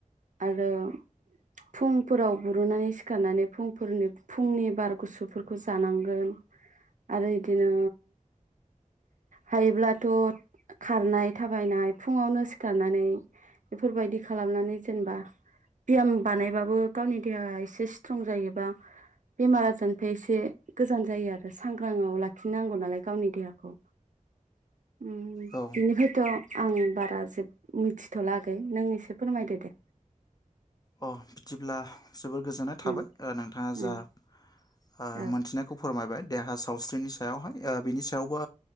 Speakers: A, on the right; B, on the left.
A: आरो फुंफोराव बुरुनानै सिखारनानै फुंफोरनि फुंनि बार गुसुफोरखौ जानांगोन आरो बिदिनो हायोब्लाथ खारनाय थाबायनाय फुङावनो सिखारनानै बेफोरबायदि खालामनानै जेनेबा बियाम बानायबाबो गावनि देहाया एसे स्ट्र जायोबा बेमार आजारनिफ्राय एसे गोजान जायो आरो सांग्रांआव लाखिनांगौ नालाय गावनि देहाखौ ओम
B: औ
A: बिनिफ्रायथ आं बारा जे मिथिथलागै नों एसे फोरमायदो दे।
B: अ बिदिब्ला जोबोर गोजोननाय थाबाय
A: उम
B: नोंथाङा जा
A: उम
B: ओ
A: औ
B: मोनथिनायखौ फोरमायबाय। देहा सावस्रिनि सायावहाय बिनि सायावबो